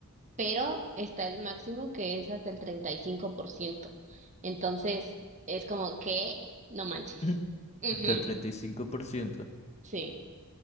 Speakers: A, on the right; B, on the left.
A: pero está el máximo que es hasta el treinta y cinco por ciento, Entonces, es como que, no manches.
B: <laughs>
A: Ujú,
B: Del 35%.
A: sí.